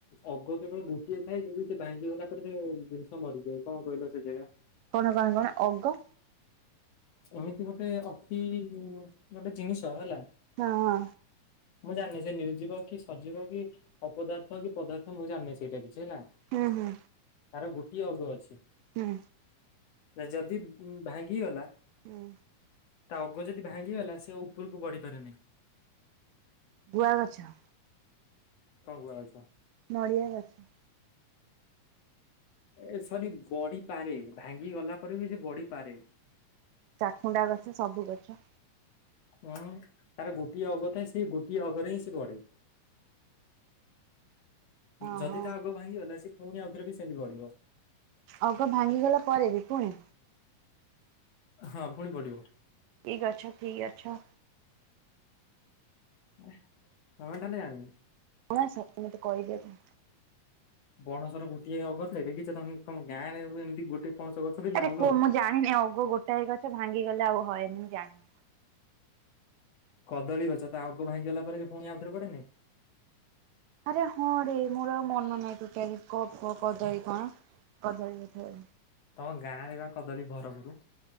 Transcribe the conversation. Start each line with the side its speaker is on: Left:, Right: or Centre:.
Left: ଅଗ କେବଳ ଗୋଟିଏ ଥାଏ ଯଦି ସେ ଭାଙ୍ଗିଗଲା ପରେ ସେ ଜିନିଷ ମରିଯାଏ କଣ କହିଲ ସେ ଜାଗା?
Right: କଣ କଣ କଣ ଅଗ?
Left: ଏମିତି ଗୋଟେ ଅଛି ଗୋଟେ ଜିନିଷ ହେଲା।
Right: ହଁ।
Left: ମୁଁ ଜାଣିନି ସେ ନିର୍ଜୀବ କି ସଜୀବ କି ଅପଦାର୍ଥ କି ପଦାର୍ଥ ମୁଁ ଜାଣିନି ସେଇଟା କିଛି ହେଲା।
Right: ହୁଁ ହୁଁ।
Left: ତାର ଗୋଟିଏ ଅଗ ଅଛି।
Right: ହୁଁ।
Left: ନା ଯଦି ଭାଙ୍ଗି ଗଲା
Right: ହୁଁ।
Left: ତା ଅଗ ଯଦି ଭାଙ୍ଗିଗଲା ସେ ଉପରକୁ ବଢ଼ି ପାରେନି।
Right: ଗୁଆ ଗଛ।
Left: ହଁ ଗୁଆ ଗଛ।
Right: ନଡ଼ିଆ ଗଛ।
Left: ଏ ସରି ବଢ଼ିପାରେ ଭାଙ୍ଗି ଗଲା ପରେ ବି ସେ ବଢ଼ିପାରେ।
Right: ଚାଖୁଣ୍ଡା ଗଛ, ସବୁ ଗଛ।
Left: ହୁଁ ତାର ଗୋଟିଏ ଅଗ ଥାଏ ସେ ଗୋଟିଏ ଅଗରେ ହିଁ ସେ ବଢ଼େ।
Right: ଓହୋ
Left: ଯଦି ତା ଆଗ ଭାଙ୍ଗିଗଲା ସିଏ ପୁଣି ଆଉଥରେ ବି ସେମିତି ବଢ଼ିବ।
Right: ଅଗ ଭାଙ୍ଗିଗଲା ପରେ ବି ଫୁଣି?
Left: ହଁ ଫୁଣି ବଢ଼ିବ।
Right: କି ଗଛ କି ଗଛ?
Left: ହଁ, ତାହେଲେ ଜାଣିନୁ?
Right: କଣସେ କହିଦେତ।
Left: ବଣସର ଗୋଟିଏ ଅଗ ଥାଏ, ଦେଖିଛ ତମେ? ତମ ଗାଁରେ ଏମିତି ଗୋଟେ ପଣସ ଗଛ ଥିଲା
Right: ଆରେ
Left: ଅଗ।
Right: କୁହ ମୁଁ ଜାଣିନି ଅଗ ଗୋଟାଏ ଗଛ ଭାଙ୍ଗିଗଲେ ଆଉ ହଏନି ମୁଁ ଜାଣିନି
Left: କଦଳୀ ଗଛ। ତା ଆଗ ଭାଙ୍ଗି ଗଲା ପରେ ସେ ପୁଣି ଆଉଥରେ ବଢେନି?
Right: ଆରେ ହଁ ରେ ମୋର ଆଉ ମନ ନାହିଁ। ତୁ କ- କ- କଦଳୀ କଣ? କଦଳୀ ଗଛ।
Left: ତମ ଗାଁରେ ବା କଦଳୀ ଭରପୁର।